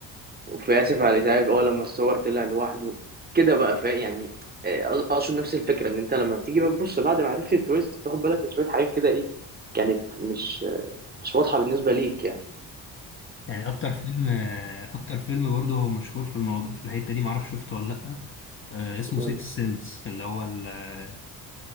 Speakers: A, on the right; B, on the left.
A: وفي اسف على الازعاج اه لما الصور طلع لوحده كده بقى فاهم يعني آه، اقصد نفس الفكره ان انت لما بتيجي بقى تبص بعد ما عرفت التويست بتاخد بالك من شويه حاجات كده ايه كانت مش مش واضحه بالنسبه ليك يعني
B: يعني اكتر فيلم اكتر فيلم برضه هو مشهور في الموضوع في الحتة دي معرفش شفته ولا لا آه، اسمه
A: قول
B: سيكس
A: لي
B: سنس اللي هو ال-